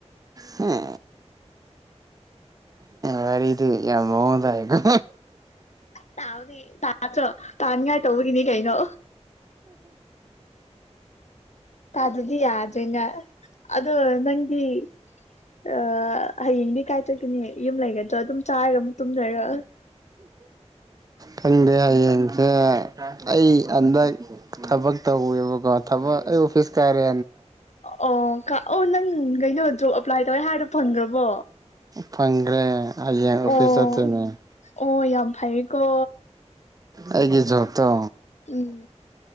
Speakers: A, on the right; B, on the left.
A: ꯍ ꯍꯔꯗꯤ ꯌꯥꯝ ꯃꯉꯗꯑ
B: ꯇꯅꯤ ꯇꯥ ꯇꯥꯅꯤ ꯇꯣꯕꯨ ꯏꯅꯤ ꯀꯩꯅꯩꯅꯣ ꯇ ꯑꯗꯨꯗꯤ ꯌꯥꯗꯒ ꯑꯗꯨꯗ ꯅꯪꯒꯤ ꯑ ꯍꯌꯦꯡꯗꯤ ꯀꯥꯏꯆꯒꯅꯤ ꯌꯨꯝ ꯂꯩꯒꯗ꯭ꯔꯥ ꯑꯗꯨꯝ ꯆꯥꯔꯒ ꯑꯃꯨꯛ ꯇꯨꯝꯖꯔ
A: ꯈꯪꯗꯦ ꯍꯌꯦꯡꯁꯦ ꯑꯩ ꯍꯟꯗꯛ ꯊꯕꯛ ꯇꯧꯋꯦꯕꯀꯣ ꯊꯕꯛ ꯑꯩ ꯑꯣꯐꯤꯁ ꯀꯥꯏꯔꯦ
B: ꯑꯣ ꯀ ꯑꯣ ꯅꯪ ꯀꯩꯅꯣ ꯖꯣꯕ ꯑꯦꯄ꯭ꯂꯥꯏ ꯇꯧꯋꯦ ꯍꯥꯏꯔꯗꯨꯣ ꯐꯪꯈ꯭ꯔꯕꯣ
A: ꯐꯪ꯭ꯔꯦ ꯑꯡ ꯑꯣꯐꯤꯁ
B: ꯑꯣ
A: ꯑꯇꯩꯅꯦ <inaudible>
B: ꯑꯣ ꯌꯥꯝ ꯐꯩꯌꯦꯀꯣ
A: ꯑꯩꯒꯤꯦ ꯆꯣ ꯇꯣ
B: ꯎꯝ